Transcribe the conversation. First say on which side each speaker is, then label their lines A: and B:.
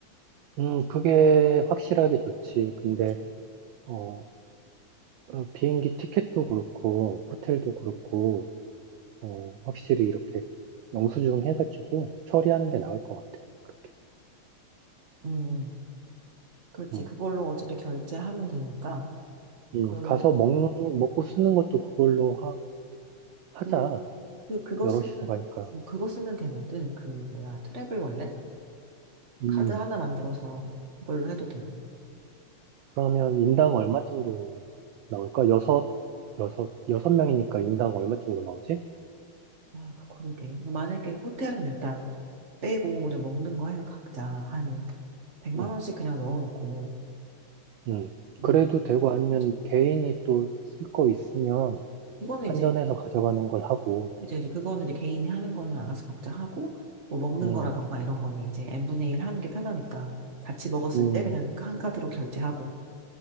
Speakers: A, on the right; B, on the right.
A: 음, 그게 확실하게 좋지. 근데,
B: 그렇지.
A: 어, 어, 비행기 티켓도 그렇고, 호텔도 그렇고, 어, 확실히 이렇게 영수증 해가지고 처리하는 게 나을 것 같아. 그렇게.
B: 음. 그렇지.
A: 음,
B: 그걸로 어차피 결제하면 되니까.
A: 음,
B: 그,
A: 가서 먹는, 먹고 쓰는 것도 그걸로 하, 하자.
B: 그, 그, 그거
A: 여럿이서
B: 쓰면,
A: 가니까.
B: 뭐 그거 쓰면 되거든. 그, 뭐야, 트래블 월렛?
A: 음.
B: 카드 하나 만들어서 그걸로 해도 되고.
A: 그러면 인당 얼마 정도 나올까? 여섯, 여섯, 여섯 명이니까 인당 얼마 정도 나오지?
B: 아, 그러게. 뭐 만약에 호텔은 일단 빼고, 우리 먹는 거 해서 각자 한 100만
A: 응,
B: 원씩 그냥 넣어놓고.
A: 응.
B: 음.
A: 그래도 되고 아니면
B: 그치.
A: 개인이 또 쓸 거 있으면
B: 이거는
A: 환전해서
B: 이제,
A: 가져가는 걸 하고,
B: 이제, 이제 그거는 이제 개인이 하는 거는 알아서 각자 하고, 뭐 먹는
A: 응,
B: 거라던가 이런 거는 이제 n분의 1 하는 게 편하니까 같이 먹었을
A: 음.
B: 때 그냥 한 카드로 결제하고.